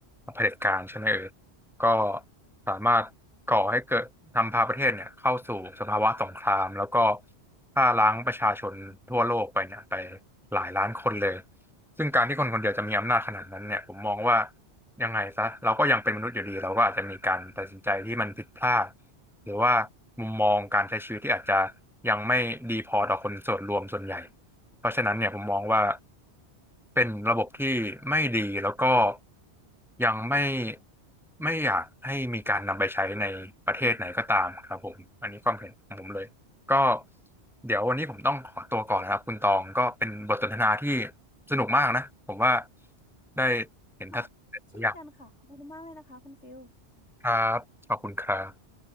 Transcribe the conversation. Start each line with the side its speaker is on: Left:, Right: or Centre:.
Centre: เผด็จการใช่ไหมเออก็สามารถก่อให้เกิดทำพาประเทศเนี่ยเข้าสู่สภาวะสงครามแล้วก็ฆ่าล้างประชาชนทั่วโลกไปเนี่ยไปหลายล้านคนเลยซึ่งการที่คนคนเดียวจะมีอำนาจขนาดนั้นเนี่ยผมมองว่ายังไงซะเราก็ยังเป็นมนุษย์อยู่ดีเราก็อาจจะมีการตัดสินใจที่มันผิดพลาดหรือว่ามุมมองการใช้ชีวิตที่อาจจะยังไม่ดีพอต่อคนส่วนรวมส่วนใหญ่ เพราะฉะนั้นเนี่ยผมมองว่าเป็นระบบที่ไม่ดีแล้วก็ยังไม่ไม่อยากให้มีการนำไปใช้ในประเทศไหนก็ตามครับผมอันนี้ความเห็นของผมเลยก็เดี๋ยววันนี้ผมต้องขอตัวก่อนนะครับคุณตองก็เป็นบทสนทนาที่สนุกมากนะผมว่าได้เห็นทัศนคติหลายอย่าง
Left: ค่ะเช่นกันค่ะขอบคุณมากเลยนะคะคุณฟิล
Centre: ครับขอบคุณครับ